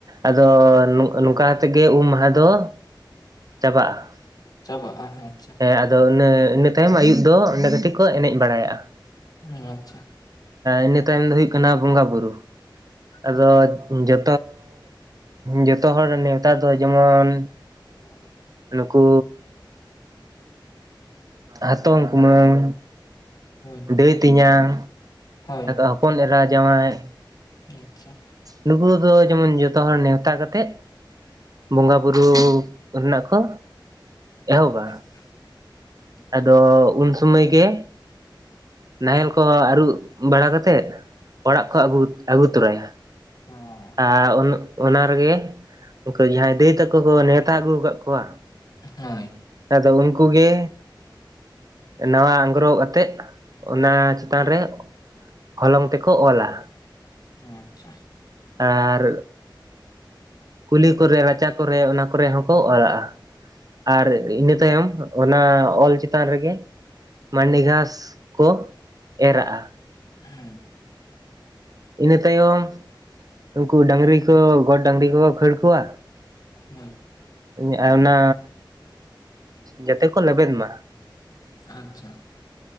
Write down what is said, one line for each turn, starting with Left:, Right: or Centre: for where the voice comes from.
Right: ᱟᱫᱚ ᱱᱚᱝᱠᱟᱛᱮ ᱜᱮ ᱩᱢ ᱢᱟᱦᱟ ᱫᱚ ᱪᱟᱵᱟᱜᱼᱟ
Left: ᱪᱟᱵᱟᱜᱼᱟ
Right: ᱾
Left: ᱟᱪᱪᱷᱟ
Right: ᱮᱸ ᱟᱫᱚ ᱤᱱᱟᱹ, ᱤᱱᱟᱹ ᱛᱟᱭᱚᱢ ᱟᱹᱭᱩᱵ ᱫᱚ ᱚᱸᱰᱮ ᱠᱟᱹᱴᱤᱡ ᱠᱚ ᱮᱱᱮᱡ ᱵᱟᱲᱟᱭᱟᱜ‌ᱼᱟ ᱾
Left: ᱟᱪᱪᱷᱟ
Right: ᱤᱱᱟᱹ ᱛᱟᱭᱚᱢ ᱫᱚ ᱦᱩᱭᱩᱜ ᱠᱟᱱᱟ ᱵᱚᱸᱜᱟ ᱵᱩᱨᱩ ᱾ ᱟᱫᱚ
Left: ᱦᱳᱭ
Right: ᱡᱚᱛᱚ, ᱡᱚᱛᱚ ᱦᱚᱲ ᱱᱮᱣᱛᱟ ᱫᱚ ᱡᱮᱢᱚᱱ
Left: <unintelligible>
Right: ᱱᱩᱠᱩ ᱦᱟᱛᱚᱢ ᱠᱩᱢᱟᱹᱝ
Left: ᱦᱳᱭ
Right: ᱫᱟᱹᱭ ᱛᱤᱧᱟᱝ,
Left: ᱦᱳᱭ
Right: ᱦᱚᱯᱚᱱ ᱮᱨᱟ ᱡᱟᱶᱟᱭ
Left: ᱟᱪᱪᱷᱟ
Right: ᱱᱩᱠᱩ ᱫᱚ ᱡᱮᱢᱚᱱ ᱡᱚᱛᱚ ᱦᱚᱲ ᱱᱮᱣᱛᱟ ᱠᱟᱛᱮᱜ ᱵᱚᱸᱜᱟ ᱵᱩᱨᱩ ᱨᱮᱱᱟᱜ ᱠᱚ ᱮᱦᱚᱵᱟ
Left: <unintelligible> <inaudible>
Right: ᱟᱫᱚ ᱩᱱ ᱥᱩᱢᱟᱹᱭ ᱜᱮ ᱱᱟᱦᱮᱞ ᱠᱚ ᱟᱹᱨᱩᱵ ᱵᱟᱲᱟ ᱠᱟᱛᱮᱜ, ᱚᱲᱟᱜ
Left: ᱟᱪᱪᱷᱟ
Right: ᱠᱚ ᱟᱹᱜᱩ, ᱟᱹᱜᱩ ᱛᱚᱨᱟᱭᱟ‌
Left: ᱦᱳᱭ
Right: ᱟᱨ ᱚᱱᱟ ᱨᱮᱜᱮ ᱩᱱᱠᱩ ᱡᱟᱦᱟᱸᱭ ᱫᱟᱹᱭ ᱛᱟᱠᱚ ᱠᱚ ᱱᱮᱣᱛᱟ ᱟᱹᱜᱩ ᱠᱟᱫ ᱠᱚᱣᱟ
Left: ᱦᱳᱭ
Right: ᱟᱫᱚ ᱩᱱᱠᱩ ᱜᱮ ᱱᱟᱣᱟ ᱟᱝᱜᱽᱨᱚᱵ ᱟᱛᱮᱫ ᱚᱱᱟ ᱪᱮᱛᱟᱱ ᱨᱮ ᱦᱚᱞᱚᱝ ᱛᱮᱠᱚ ᱚᱞᱟ
Left: ᱟᱪᱪᱷᱟ
Right: ᱟᱨ ᱠᱩᱞᱦᱤ ᱠᱚᱨᱮ ᱨᱟᱪᱟ ᱠᱚᱨᱮ ᱚᱱᱟ ᱠᱚᱨᱮ ᱦᱚᱸᱠᱚ ᱚᱞᱟᱜᱼᱟ, ᱟᱨ ᱤᱱᱟᱹ ᱛᱟᱭᱚᱢ ᱚᱱᱟ ᱚᱞ ᱪᱮᱛᱟᱱ ᱨᱮᱜᱮ ᱢᱟᱹᱱᱰᱤ ᱜᱷᱟᱥ ᱠᱚ ᱮᱨᱟᱜᱼᱟ ᱾
Left: ᱦᱩᱸ
Right: ᱤᱱᱟᱹ ᱛᱟᱭᱚᱢ ᱩᱱᱠᱩ ᱰᱟᱝᱨᱤ ᱠᱚ ᱜᱚᱰ ᱰᱟᱝᱨᱤ ᱠᱚᱠᱚ ᱠᱷᱟᱹᱲ ᱠᱚᱣᱟ
Left: ᱦᱳᱭ
Right: ᱤᱱᱟᱹ ᱟᱨ ᱚᱱᱟ ᱡᱟᱛᱮ ᱠᱚ ᱞᱮᱵᱮᱫ ᱢᱟ
Left: ᱟᱪᱪᱷᱟ